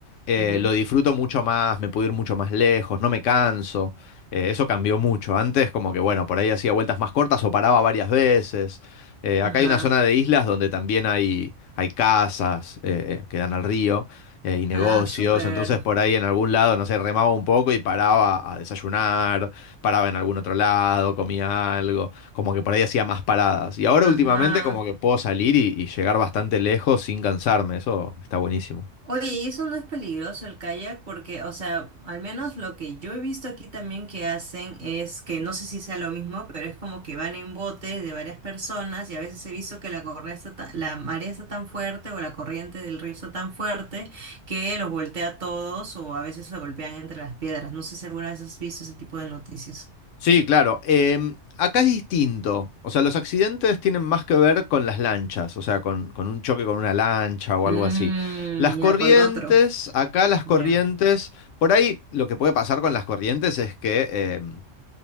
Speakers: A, on the left; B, on the right.
A: eh,
B: Ujú,
A: lo disfruto mucho más, me puedo ir mucho más lejos, no me canso. Eh, eso cambió mucho. Antes como que, bueno, por ahí hacía vueltas más cortas o paraba varias veces. Eh, acá
B: Ajá.
A: hay una zona de islas donde también hay, hay casas eh, eh, que dan al río eh, y negocios.
B: Ah, súper.
A: Entonces por ahí en algún lado, no sé, remaba un poco y paraba a desayunar, paraba en algún otro lado, comía algo, como que por ahí hacía más paradas. Y ahora últimamente
B: Ajá.
A: como que puedo salir y, y llegar bastante lejos sin cansarme, eso está buenísimo.
B: Oye, ¿y eso no es peligroso el kayak? Porque, o sea, al menos lo que yo he visto aquí también que hacen es que no sé si sea lo mismo, pero es como que van en botes de varias personas y a veces he visto que la correa está ta- la marea está tan fuerte o la corriente del río está tan fuerte que los voltea a todos o a veces se golpean entre las piedras. No sé si alguna vez has visto ese tipo de noticias.
A: Sí, claro. em, acá es distinto. O sea, los accidentes tienen más que ver con las lanchas, o sea, con, con un choque con una lancha o
B: Mm,
A: algo así. Las corrientes,
B: ya con otro,
A: acá las corrientes,
B: ya.
A: por ahí lo que puede pasar con las corrientes es que em,